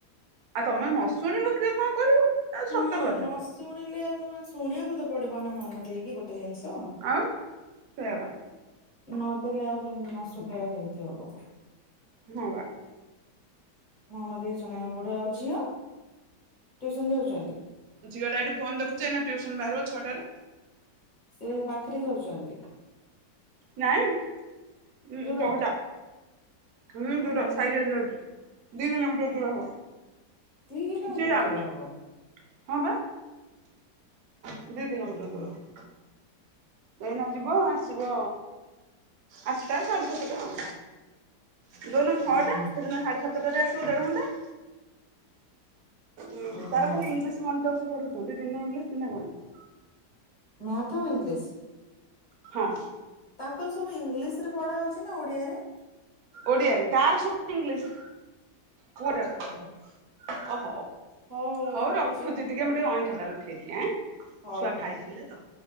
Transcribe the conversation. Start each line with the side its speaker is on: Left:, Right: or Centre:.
Right: ଆଉ ତମେ ନ ଶୁଣିବ କିଏ କଣ କରିବ ଆଉ
Left: ହଁ
Right: ସତ କଥା।
Left: ନ ଶୁଣିଲେ ତମେ ଶୁଣିଆକୁ ତ ପଡିବ ନା ମନ ଦେଇକି ଗୋଟେ ଜିନିଷ।
Right: ଆଉ ସେଇଆ ବା।
Left: ନଦେଲେ ଆଉ ଯେ ନ ଶୁଣିଲେ ଆଉ କେମତି ହବ।
Right: ହଁ ବା।
Left: ମନ ଦେଇକି ଶୁଣିଆକୁ ପଡିବ ଆଉ ଝିଅ ଟିଉସନ୍ ଯାଉଚନ୍ତି?
Right: ଝିଅଟା ଏଠି ଫୋନ ଦେଖୁଛି ଏଇନା ଟିଉସନ୍ ବାହାରିବ ଛଅଟାରେ।
Left: ସେ ପାଖରେ ଯାଉଚନ୍ତି?
Right: ନାଇଁ ଉଁ
Left: ଦୂର
Right: ଚହଟା ହୁଁ
Left: ଓ
Right: ଦୂର
Left: ତାଙ୍କ
Right: ସାଇକେଲରେ ଯାଉଚି। ଦି କିଲୋମିଟର ଦୂର ହବ।
Left: ଦି କିଲୋମିଟର
Right: ସିଏ ଯାଉଛି
Left: ଦୂର ହବ।
Right: ହଁ ପା। ଦି କିଲୋମିଟର
Left: ଓହୋ
Right: ଦୂର। ଏଇନା ଯିବ ଆସିବ ଆଠଟା ସାଢେ ସାତଟା। ଯୋଉଦିନ ଛଅଟା
Left: ଓହୋ
Right: ସେଇଦିନ ସାଢେ ସାତଟାରେ ଆସିବ ଦେଢଘଣ୍ଟା। ଉଁ
Left: ଓହୋ
Right: ତାର ଖାଲି ଇଂଲିଶ ଗଣିତ ସେ ପଢଉଛନ୍ତି ଦିନେ ଇଂଲିଶ ଦିନେ ଗଣିତ।
Left: ମ୍ୟାଥ ଆଉ ଇଂଲିଶ୍।
Right: ହଁ।
Left: ତାଙ୍କର ସବୁ ଇଂଲିଶ୍ ରେ ପଢା ହଉଛି ନା ଓଡିଆରେ?
Right: ଓଡ଼ିଆରେ ତାର ସବୁ ଇଂଲିଶ୍। ପୁଅଟାର
Left: ଓହୋ
Right: ଓ ହୋଉ
Left: ହଉ
Right: ହୋଉ
Left: ରଖୁଛି
Right: ରଖୁଚି
Left: ଆଁ
Right: ଟିକେ ମୁଁ ଟିକେ ଅଇଁଠା ଟା ଉଠେଇଦିଏ ଆଁ
Left: ହଉ
Right: ଛୁଆ
Left: ହଉ।
Right: ଖାଇଥିଲେ ତ।